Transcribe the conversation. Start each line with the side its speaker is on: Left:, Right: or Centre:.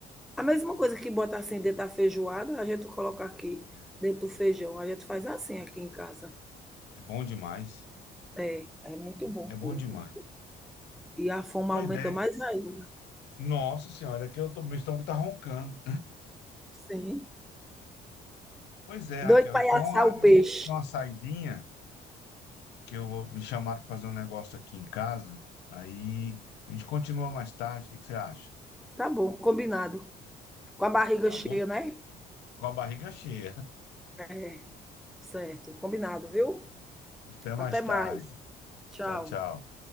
Centre: A mesma coisa que bota assim dentro da feijoada, a gente coloca aqui dentro do feijão. A gente faz assim aqui em casa.
Left: É bom demais.
Centre: É, é muito bom
Left: É bom
Centre: mesmo.
Left: demais.
Centre: E a fome
Left: Pois
Centre: aumenta
Left: é,
Centre: mais ainda.
Left: Nossa senhora, aqui eu tô, meu estômago tá roncando.
Centre: Sim.
Left: Pois é,
Centre: Doido
Left: Raquel,
Centre: para
Left: então
Centre: assar
Left: ah,
Centre: o
Left: eu
Centre: peixe.
Left: vou ter que dar uma saidinha, que eu vou me chamar para fazer um negócio aqui em casa. Aí a gente continua mais tarde, o que que você acha?
Centre: Tá bom, combinado. Com a barriga
Left: Tá
Centre: cheia,
Left: bom?
Centre: né?
Left: Com a barriga cheia.
Centre: É, certo. Combinado, viu?
Left: <laughs> Até mais
Centre: Até
Left: tarde.
Centre: mais. Tchau.
Left: Tchau, tchau.